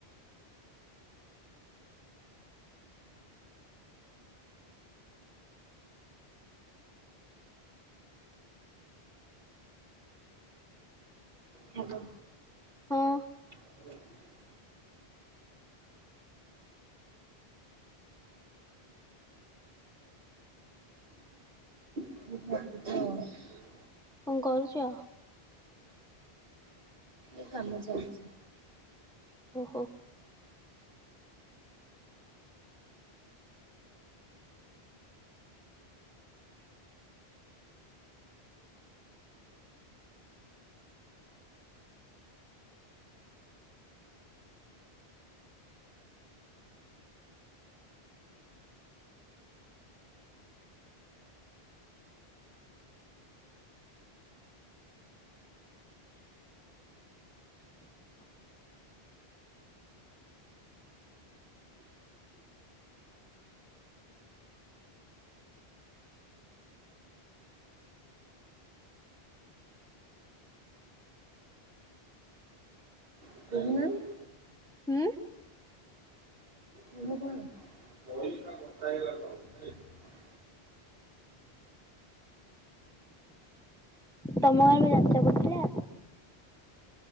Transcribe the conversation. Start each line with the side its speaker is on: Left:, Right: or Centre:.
Right: ହ୍ୟାଲୋ।
Centre: ହଁ।
Right: <inaudible> <inaudible>
Centre: କଣ କରୁଛ?
Right: ଏ କାମ ଚାଇଛି।
Centre: ଓହୋ।
Right: <inaudible>
Centre: ହୁଁ।
Right: କୁହ କଣ? <inaudible>
Centre: ତମ ଆଡେ ଯାତ୍ରା ପଡିଥିଲା।